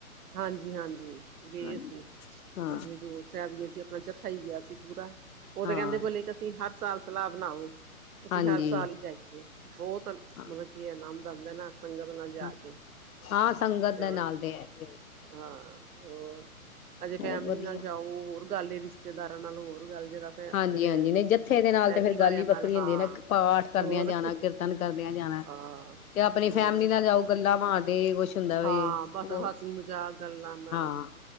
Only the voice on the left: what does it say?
ਹਾਂਜੀ
ਹਾਂ
ਹਾਂ
ਹਾਂਜੀ
ਹਾਂ
ਹਾਂ
ਹਾਂ ਸੰਗਤ
ਦੇ ਨਾਲ ਦੇ ਹੈ ਜੀ।
ਹੋਰ ਵਧੀਆ
ਹਾਂਜੀ-ਹਾਂਜੀ
ਨਹੀਂ ਜੱਥੇ
ਦੇ ਨਾਲ ਤੇ ਫੇਰ
ਗੱਲ ਹੀ
ਵੱਖਰੀ
ਹੁੰਦੀ ਨਾ ਪਾਠ ਕਰਦਿਆਂ
ਜਾਣਾ, ਕੀਰਤਨ ਕਰਦਿਆਂ ਜਾਣਾ,
ਤੇ ਆਪਣੀ
ਫੈਮਿਲੀ ਨਾਲ ਜਾਓ, ਗੱਲਾਂ ਮਾਰਦੇ ਕੁਛ ਹੁੰਦਾ ਵੀ
ਉਹ
ਹਾਂ